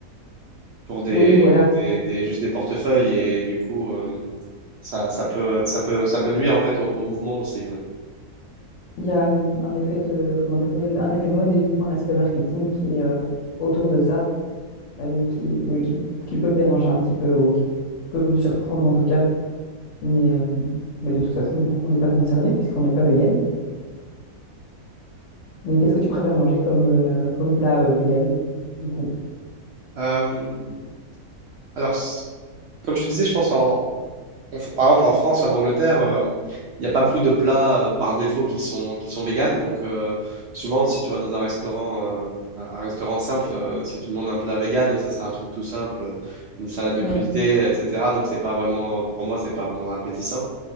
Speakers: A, on the right; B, on the left.
A: pour des,
B: Oui, voilà.
A: des, des- juste des portefeuilles et du coup, euh, ça, ça peut, ça peut, ça peut nuire en fait au, au mouvement aussi. ouais.
B: Il y a hum, un effet de, comment dire, oui, un effet de mode et du coup un aspect marketing qui est euh, autour de ça, euh, qui, oui, qui, qui peut me déranger un petit peu ou qui peut me surprendre en tout cas. Mais, euh, mais de toute façon, du coup, on n'est pas concerné puisqu'on n'est pas vegan. Mais qu'est-ce que tu préfères manger comme, euh, comme plat euh, vegan, du coup?
A: Euh, alors, c- comme je te disais, je pense en, on f- par exemple, en France et en Angleterre, euh, il n'y a pas beaucoup de plats euh, par défaut qui sont, qui sont véganes. Donc, euh, souvent, si tu vas dans un restaurant, euh, un un restaurant simple, euh, si tu demandes un plat vegan, ça sera un truc tout simple, euh, une salade de
B: Oui.
A: crudités, etc. Donc, c'est pas vraiment, pour moi, c'est pas vraiment appétissant.